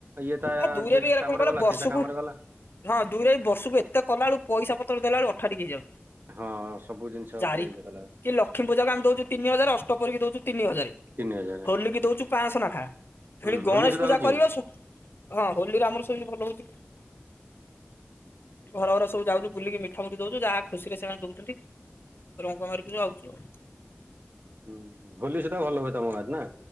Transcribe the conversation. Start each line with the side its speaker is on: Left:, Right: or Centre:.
Right: ଇଏ ତା
Left: ଆ ଦୁଇରେ ବି ଏରା କଣ
Right: କାମରେ
Left: କହିଲ
Right: ଗଲା
Left: ବର୍ଷକୁ
Right: ସିଏ ତା କାମ ରେ ଗଲା
Left: ହଁ ଦୁଇରେ ବର୍ଷକୁ ଏତେ କଲା ବେଳକୁ ପଇସା ପତ୍ର ଦେଲାବେଳକୁ ଅଠାଠିକି ହେଇଯାଉଛି
Right: ହଁ ସବୁ ଜିନିଷ
Left: ଚାରି
Right: ଉପରେ
Left: କି
Right: ଇଏ କଲା
Left: ଲକ୍ଷ୍ମୀ ପୂଜାକୁ ଆମେ ଦଉଛୁ ତିନି ହଜାର ଅଷ୍ଟପ ପହରୀକୁ ଦଉଛୁ ତିନି ହଜାର
Right: ତିନି ହଜାର
Left: ହୋଲିକି ଦୋଉଛୁ ପାଞ୍ଚଶହ ନାଖା। ହେଣି
Right: ହୁଁ
Left: ଗଣେଶ
Right: ହୋଲି ସୁଧା
Left: ପୂଜା
Right: ହଉଛି
Left: କରିବ
Right: ହୁଁ
Left: ସ ହଁ ହୋଲିରେ ଆମର ସେମିତି ଭଲ ହଉଛି। ଘର ଘର ସବୁ ଯାଉଛୁ ବୁଲିକି ମିଠାମୁଠି ଦଉଛୁ ଯାହା ଖୁସିରେ ସେମାନେ ଦଉଛନ୍ତି। ରଙ୍ଗ ମାରିିକିରି ଆଉଚୁ ଆଉ।
Right: ହୁଁ ହୋଲି ସେଟା ଭଲ ହୁଏ ତମ ଗାଁ ରେ ନା?